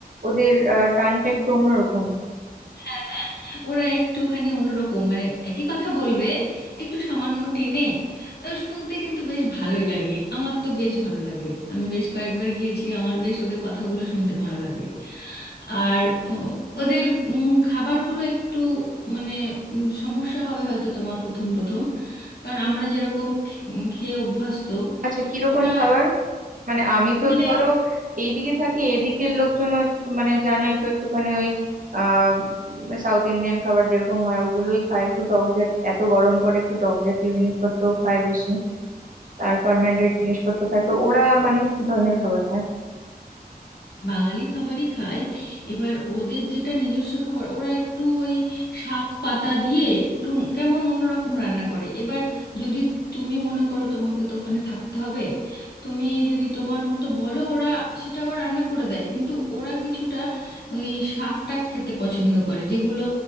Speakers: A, on the right; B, on the left.
A: ওদের আহ, টানটা একটু অন্যরকম
B: হ্যাঁ হ্যাঁ ওরা একটুখানি অন্যরকম মানে একই কথা বলবে একটু সামান্য টেনে আহ, শুনতে কিন্তু বেশ ভালোই লাগে আমার তো বেশ ভালো লাগে আমি বেশ কয়েকবার গিয়েছি আমার বেশ ওদের কথাগুলো শুনতে ভালো লাগে আর উম, ওদের উম, খাবারগুলো একটু মানে উম, সমস্যা হবে হয়তো তোমার প্রথম প্রথম কারণ আমরা যেরকম খে- উম, খেয়ে অভ্যস্ত
A: আচ্ছা কিরকম
B: ওরা
A: খাবার মানে আমি তো
B: মানে
A: ধরো এইদিকে থাকি এদিকের লোকজন মানে জানোই তো একটুখানি ওই আহ সাউথ ইন্ডিয়ান খাবার যেরকম হয় ওগুলোই খায় একটু টক জাতীয় এত গরম পড়ে একটু টক জাতীয় জিনিসপত্র খায় বেশি আর ফার্মেন্টেড জিনিসপত্র খায় তো ওরা মানে কি ধরনের খাবার খায়
B: বাঙালি খাবারই খায় এবার ওদের যেটা নিজস্ব খাবার ওরা একটু ওই শাক পাতা দিয়ে একটু কেমন অন্যরকম রান্না করে এবার যদি তুমি মনে করো তোমাকে তো ওখানে থাকতে হবে তুমি যদি তোমার মতো বলো ওরা সেটা আবার রান্না করে দেয় কিন্তু ওরা কিছুটা ওই শাক টাক খেতে পছন্দ করে যেগুলো